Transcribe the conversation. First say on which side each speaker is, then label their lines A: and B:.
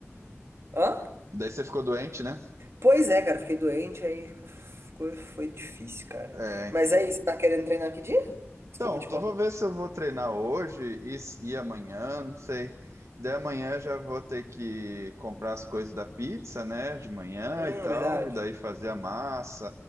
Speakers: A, on the right; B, on the right.
A: Hã?
B: Daí você ficou doente, né?
A: Pois é, cara, fiquei doente, aí ficou, ficou- foi difícil, cara.
B: É,
A: Mas aí, você tá querendo treinar que dia? Desculpa
B: então,
A: te
B: tô,
A: cortar.
B: vou ver se eu vou treinar hoje e, s- e amanhã, não sei. Daí amanhã eu já vou ter que comprar as coisas da pizza, né? De manhã
A: Hum,
B: e tal.
A: verdade.
B: E daí fazer a massa.